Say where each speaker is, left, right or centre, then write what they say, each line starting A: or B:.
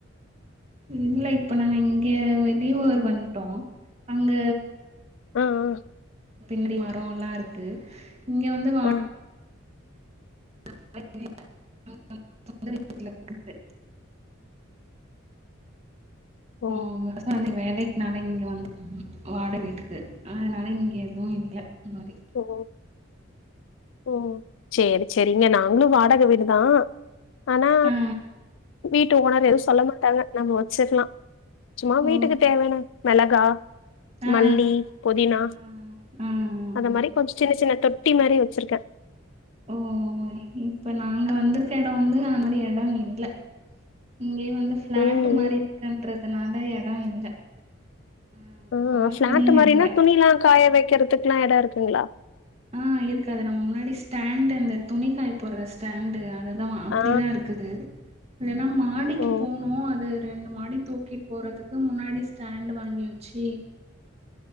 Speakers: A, on the right; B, on the left.
A: இல்ல இப்ப நாங்க இங்க வெளியூர் வந்டோ அங்க
B: ஆ ஆ
A: பின்ன மரோ எல்லா இருக்கு இங்க வந்து வா
B: ஆ ஆ
A: <inaudible> சொந்த வீட்ல இருக்குது
B: ஓ
A: ஆமா சாமி வேலைக் னால இங்க வந்து வாடக வீட்டுக்கு அதனால இங்கே எதுவு இல்ல இந்த மாரி
B: போ ம் சேரி சேரிங்க நாங்களு வாடகைவீடுதா ஆனா
A: ஆ
B: வீட்டு ஓனர் எதுவு சொல்ல மாட்டாங்க நம்ம வெச்சிகலா சும்மா
A: ஓ
B: வீட்டுக்கு தேவையான மெளகா
A: ஆ
B: மல்லி
A: ஆ
B: புதினா
A: ஆ ஆ ஆ ஆ
B: அத மாரி கொஞ்ச சின்ன சின்ன தொட் தொட்டி மாரி வெச்சிருக்கே
A: ஓ ஓ இப்ப நாங்க வந்துருக்க எடொ வந்து அது மாரி எடொ இல்ல இங்கேயே வந்து ஃப்ளாட்
B: ம்
A: மாரி
B: ம்
A: இருகன்றதுனால எட இல்ல ஆ
B: ஓ
A: பால்கனியு
B: பிளாட் மாரினா
A: இல்ல
B: துணி க்ஷலா காய வைக்கிறதுக்குகலா எடொ இருக்குங்களா
A: ஆ இருக்காது நம்ம முன்னாடி ஸ்டாண்டு அந்த துணி காய போடுற ஸ்டாண்டு அத தா அப்டிதா
B: ஆ
A: இருக்குது இல்லனா மாடிக்கு
B: ஓ
A: போனோ அது ரெண்டு மாடி தூக்கிட் போறதுக்கு முன்னாடி ஸ்டாண்டு் வாங்கி வெச்சி